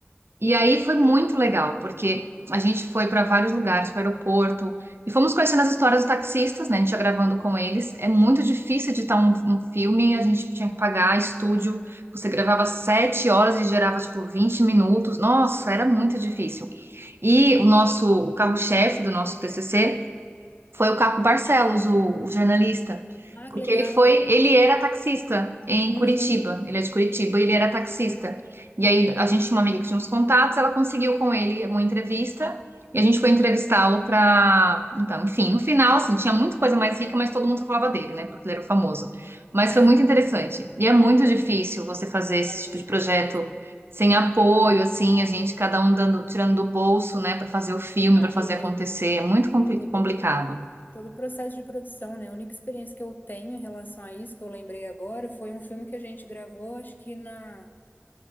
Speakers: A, on the right; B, on the left.
A: E aí foi muito legal, porque a gente foi para vários lugares, para o aeroporto, e fomos conhecendo as histórias dos taxistas, né, a gente ia gravando com eles, é muito difícil editar um, um filme, a gente tinha que pagar estúdio, você gravava sete horas e gerava, tipo, 20 minutos, nossa, era muito difícil. E o nosso, o carro-chefe do nosso TCC foi o Caco Barcelos, o, o jornalista,
B: Ah,
A: porque
B: que legal.
A: ele foi, ele era taxista em
B: Uhum.
A: Curitiba, ele é de Curitiba, e ele era taxista. E aí a gente tinha uma amiga que tinha uns contatos, ela conseguiu com ele uma entrevista e a gente foi entrevistá-lo para, então, enfim, no final assim, tinha muita coisa mais rica, mas todo mundo só falava dele, né? Porque ele era famoso. Mas
B: É.
A: foi muito interessante. E é muito difícil você fazer esse
B: É
A: tipo
B: muito
A: de projeto
B: difícil.
A: sem apoio, assim, a gente cada um dando, tirando do bolso, né, para fazer o filme,
B: Não,
A: para fazer
B: e
A: acontecer, é muito compli-
B: todo,
A: complicado.
B: todo o processo de produção, né? A única experiência que eu tenho em relação a isso, que eu lembrei agora, foi um filme que a gente gravou, acho que na,